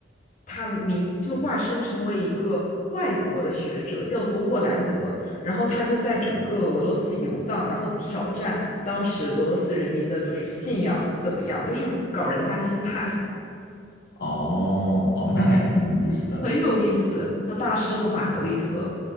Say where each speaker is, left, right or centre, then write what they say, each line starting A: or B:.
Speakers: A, on the left; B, on the left.
A: 他名就化身成为一个外国的学者，叫做沃兰德，然后他就在整个俄罗斯游荡，然后挑战当时俄罗斯人民的就是信仰怎么样，就是搞人家心态，
B: 哦哦，那还挺有意思的。
A: <laughs> 很有意思，叫《大师和玛格丽特》。